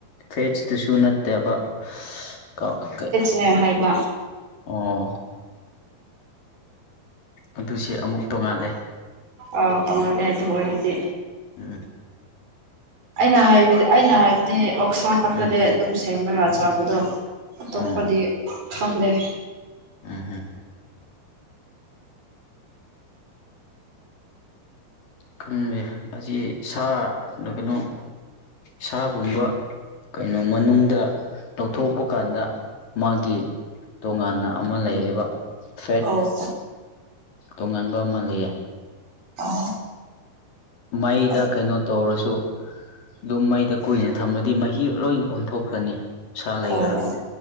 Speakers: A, on the left; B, on the right.
A: ꯐꯦꯠꯁ ꯇꯨꯁꯨ ꯅꯠꯇꯕ ꯀꯣ ꯀꯩ
B: ꯉꯥꯏ ꯍꯥꯏꯕ
A: ꯑꯣ ꯑꯗꯨꯁꯦ ꯑꯃꯨꯛ ꯇꯣꯡꯉꯥꯜꯂꯦ
B: ꯑꯥꯎ ꯇꯣꯡꯉꯥꯜꯂꯦ ꯑꯗꯨ ꯑꯣꯏꯔꯗꯤ
A: ꯎꯝ
B: ꯑꯩꯅ ꯍꯥꯏꯕꯗꯤ ꯑꯩꯅ ꯍꯥꯏꯕꯗꯤ ꯑꯣꯛꯁꯥ ꯈꯛꯇꯅꯦ
A: ꯎꯝ
B: ꯑꯗꯨꯝ ꯁꯦꯝꯔꯒ ꯆꯥꯕꯗꯣ ꯑꯇꯣꯞꯄꯗꯤ
A: ꯑꯣ
B: ꯈꯪꯗꯦ
A: ꯎꯝ ꯍꯝ ꯈꯪꯉꯤꯅꯦ ꯑꯁꯤ ꯁꯥ ꯅ ꯀꯩꯅꯣ ꯁꯥꯒꯨꯝꯕ ꯀꯩꯅꯣ ꯃꯅꯨꯡꯗ ꯂꯧꯊꯣꯛꯄ ꯀꯥꯟꯗ ꯃꯥꯒꯤ ꯇꯣꯉꯥꯟꯅ ꯑꯃ ꯂꯩꯌꯦꯕ ꯐꯦꯠ
B: ꯑꯣ
A: ꯇꯣꯉꯥꯟꯕ ꯑꯃ ꯂꯩꯌꯦ
B: ꯑꯣ
A: ꯃꯩꯗ
B: ꯑꯗꯨ
A: ꯀꯩꯅꯣ ꯇꯧꯔꯁꯨ ꯑꯗꯨꯝ ꯃꯩꯗ ꯀꯨꯏꯅ ꯊꯝꯃꯗꯤ ꯃꯍꯤ ꯂꯣꯏꯅ ꯑꯣꯟꯊꯣꯛꯈ꯭ꯔꯅꯤ ꯁꯥ ꯂꯩꯔꯔꯣꯏ
B: ꯑꯣ